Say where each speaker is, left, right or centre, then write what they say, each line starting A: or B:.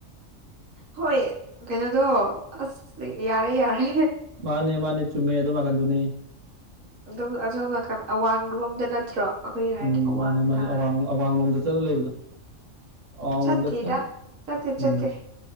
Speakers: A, on the right; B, on the right.
A: ꯍꯣꯏ ꯀꯩꯅꯣꯗꯣ ꯑꯁ ꯌꯥꯔꯦ ꯌꯥꯔꯦ
B: ꯃꯥꯅꯦ ꯃꯥꯅꯦ ꯆꯨꯝꯃꯦ ꯑꯗꫭꯝ ꯅꯥꯀꯟꯗꯨꯅꯤ
A: ꯑꯗꯨꯝ ꯑꯁꯣꯝ ꯅꯥꯀꯟ ꯑꯋꯥꯡ ꯔꯣꯝꯗ ꯅꯠꯇ꯭ꯔꯣ ꯑꯩꯈꯣꯏꯒꯤ ꯍꯥꯏꯔꯗꯤ
B: ꯎꯝ
A: ꯑꯋꯥꯡ
B: ꯃꯥꯅꯦ ꯃꯥꯅꯦ
A: ꯇꯥꯔꯦ
B: ꯑꯋꯥꯡ ꯑꯋꯥꯡꯂꯣꯝꯗ ꯆꯠꯂ ꯂꯩꯕꯗꯣ ꯑꯋꯥꯡꯂꯣꯝꯗ
A: ꯆꯠꯇꯦꯗ
B: ꯈꯤꯇꯪ
A: ꯆꯠꯇꯦ
B: ꯎꯝ
A: ꯆꯠꯇꯦ